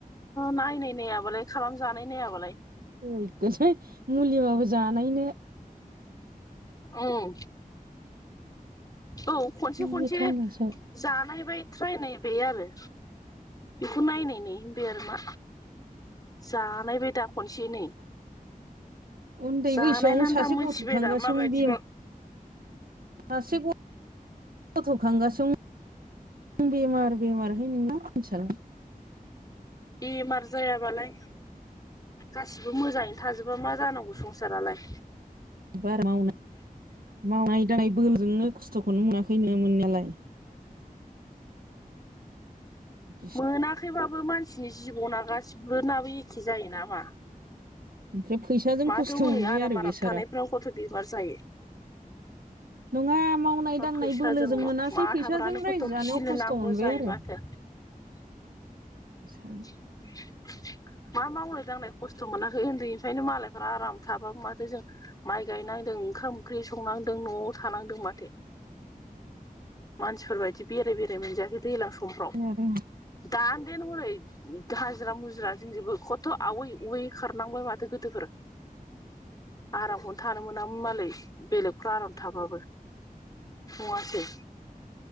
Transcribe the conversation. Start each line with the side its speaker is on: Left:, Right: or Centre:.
Left: नायनाय नायाबालाय खालामजानाय नायाबालाय।
Right: हैैगोनसै मुलिबाबो जानायनो
Left: ओं औ खनसे खनसे
Right: गिथावनासो
Left: जानायबायाय थ्रायनाय बे आरो बेखौ नायनाय होनबाय आरो मा जानायबाय दा खनसे नै।
Right: उन्दै
Left: जानायनानै
Right: बैसोआवनो सासे
Left: दा मिथिबाय
Right: गथ' खांगासिनो
Left: दा माबायदिबा
Right: बेम ससे गथ'खांगासिनो बेमार बेमारहाय नोंना मानसिआलाय
Left: बेमार जायाबालाय। गासिबो मोजाङै थाजोबा मा जानांगौ संसारालाय।
Right: बाया मावनाय मावनाय दांनाय बोलोजोंनो खस्थ'खौनो मोनाखैनो मोननायालाय। बिदिसो
Left: मोनाखैबाबो मानसिनि जिबना गासिबो नाबो एखे जायो नामा।
Right: ओमफ्राय फैसाजों
Left: माथो
Right: खस्थ'
Left: हनै
Right: मोनबाय
Left: आराम
Right: आरो
Left: आराम
Right: बेसारा
Left: थानायफ्राव गथ' बिमार जायो।
Right: नङा मावनाय दांनाय
Left: फैसाजोंल'
Right: बोलोजों मोनासै
Left: मा
Right: फैसाजों
Left: थाग्रानो खथ'
Right: रायजो जानायाव
Left: खिनो
Right: खस्थ'
Left: नांगौ
Right: मोनबाय
Left: जायो
Right: आरो
Left: माथो
Right: <inaudible>
Left: <inaudible> मा मावनाय दांनाय खस्थ' मोनाखै उन्दैनिफ्रायनो मालायफ्रा आराम थाबाबो माथो जों माइ गायनांदों ओंखाम ओंख्रि संनांदों न'आव थानांदों माथो। मानसि फोरबायदि बेराय बेराय मोनजायाखै दैज्लां समफ्राव
Right: आरो
Left: दा देन हनै हाजिरा मुजिरा जोंजोेबो खथ' आवै आवै खारनांबाय माथो गोदोफोर। आरामखौनो थानो मोना मालाय बेलेग बाराव थाबाबो नङासै